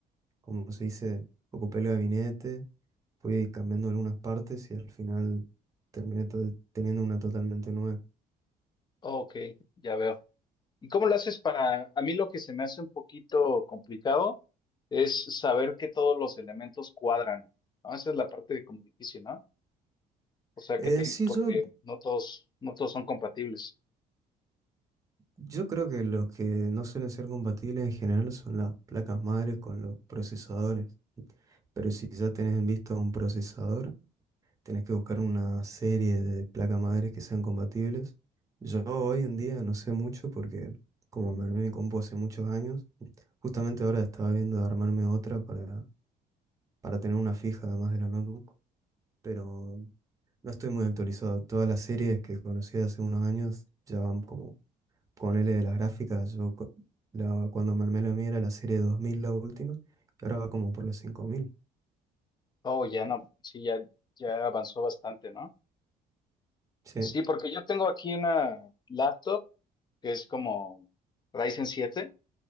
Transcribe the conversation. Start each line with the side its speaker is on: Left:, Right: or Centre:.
Right: como se dice, ocupé el gabinete, fui cambiando algunas partes y al final terminé to- teniendo una totalmente nueva.
Left: ok, ya veo. ¿Y cómo lo haces para, a mí lo que se me hace un poquito complicado es saber que todos los elementos cuadran, ¿no? Esa es la parte como difícil, ¿no? O sea,
Right: Eh,
Left: que te,
Right: sí,
Left: porque
Right: yo,
Left: no todos, no todos son compatibles.
Right: yo creo que los que no suelen ser compatibles en general son las placas madres con los procesadores. Pero si ya tenés en vista un procesador, tenés que buscar una serie de placas madres que sean compatibles. Yo hoy en día no sé mucho porque como me armé mi compu hace muchos años, justamente ahora estaba viendo de armarme otra para para tener una fija además de la notebook, pero no estoy muy actualizado. Todas las series que conocí hace unos años ya van como con L de las gráficas. Yo cu- la- cuando me armé la mía era la serie 2000 la última, y ahora va como por las 5000.
Left: Oh, ya no, sí, ya, ya avanzó bastante, ¿no?
Right: Sí,
Left: Sí, porque yo tengo aquí una laptop que es como Ryzen siete